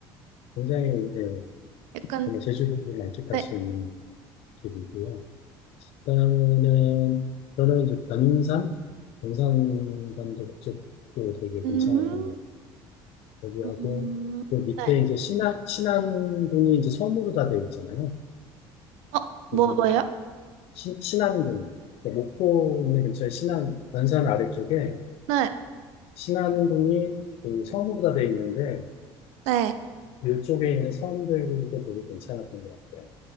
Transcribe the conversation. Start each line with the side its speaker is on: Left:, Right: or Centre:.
Left: 굉장히 네,
Right: 약간,
Left: 정말 제주도를 만끽할
Right: 네.
Left: 수 있는 길이고요. 그다음에는 저는 이제 변산, 변산반도 쪽도 되게 괜찮았던
Right: 음,
Left: 것 같아요. 거기하고
Right: 음,
Left: 그 밑에
Right: 네.
Left: 이제 신안 신안군이 이제 섬으로 다 되어 있잖아요.
Right: 어, 뭐,
Left: 거기
Right: 뭐요?
Left: 신, 신안군 그러니까 목포 근처에 신안 변산 아래쪽에
Right: 네,
Left: 신안군이 그 섬으로 다 되어 있는데
Right: 네.
Left: 이쪽에 있는 섬들도 되게 괜찮았던 것 같아요.